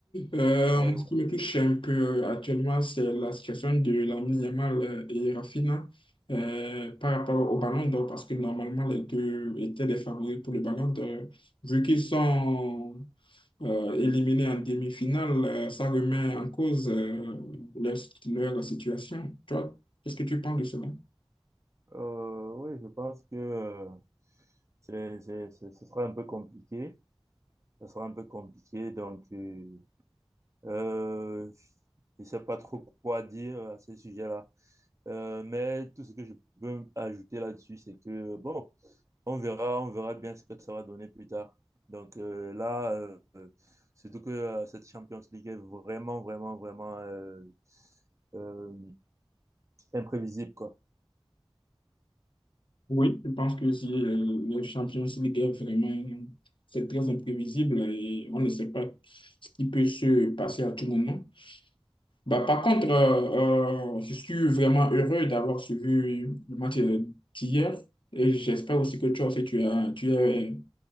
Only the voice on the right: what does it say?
Ouais,
ouais.
Euh, oui, je pense que euh, c'est, c'est, c'est- ce sera un peu compliqué. Ce sera un peu compliqué. Donc, euh, euh, je ne sais pas trop quoi dire à ce sujet-là. Euh, mais tout ce que je peux ajouter là-dessus, c'est que, bon. on verra, on verra bien ce que ça va donner plus tard. Donc euh, là, euh, surtout que euh, cette Champions League est vraiment, vraiment, vraiment euh, euh, imprévisible, quoi.